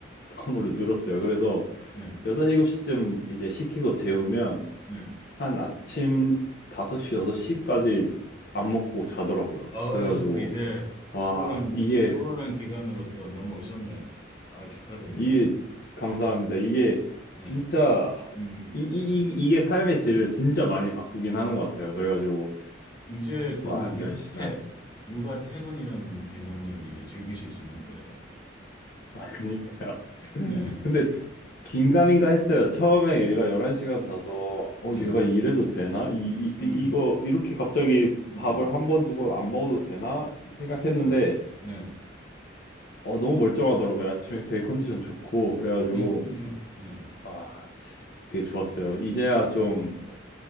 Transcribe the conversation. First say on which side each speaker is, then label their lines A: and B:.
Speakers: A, on the left; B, on the left.
A: 텀으로 늘었어요. 그래서
B: 네.
A: 6, 7시쯤 이제 시키고 재우면
B: 네.
A: 한 아침 5시, 6시까지 안 먹고 자더라고요.
B: 아이고,
A: 그래가지고
B: 이제
A: 와,
B: 수월한,
A: 이게
B: 수월한 기간으로 또 넘어오셨네요. 아, 축하드립니다.
A: 이게 감사합니다. 이게
B: 네.
A: 진짜
B: 음,
A: 이, 이, 이- 이게 삶의 질을 진짜 많이 바꾸긴 하는 것 같아요. 그래가지고
B: 이제 그
A: 와,
B: 육퇴,
A: 10시간.
B: 육아 퇴근이라는 개념을 이제 즐기실 수 있는 거예요.
A: 아, 그니까요. <laughs>
B: 네.
A: 근데 긴가민가
B: 음,
A: 했어요. 처음에 얘가 11시간 자서 어,
B: 네.
A: 얘가 이래도 되나? 이, 이,
B: 음,
A: 이- 이거 이렇게 갑자기
B: 음.
A: 밥을 한 번, 두 번 안 먹어도 되나? 생각했는데
B: 아, 네.
A: 어, 너무 멀쩡하더라고요. 아침에 되게 컨디션 좋고 그래가지고
B: 네, 그럼요. 네.
A: 아, 되게 좋았어요. 이제야 좀
B: 음.